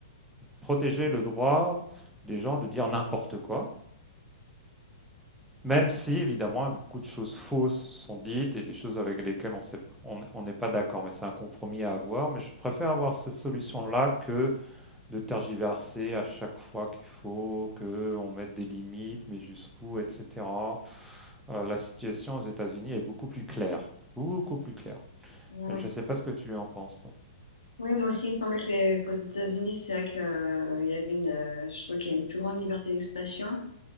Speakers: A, in the centre; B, on the left.
A: protéger le droit des gens de dire n'importe quoi, même si évidemment beaucoup de choses fausses sont dites et des choses avec lesquelles on n'est pas d'accord, mais c'est un compromis à avoir. Mais je préfère avoir cette solution-là que de tergiverser à chaque fois qu'il faut, qu'on mette des limites, mais jusqu'où, etc. Euh, la situation aux États-Unis est beaucoup plus claire, beaucoup plus claire.
B: ouais.
A: Et Je ne sais pas ce que tu en penses. toi.
B: Oui, moi aussi, il me semblait que les- qu'aux États-Unis, c'est vrai que, euh, il y avait une, euh, je trouve qu'il y a une plus grande liberté d'expression.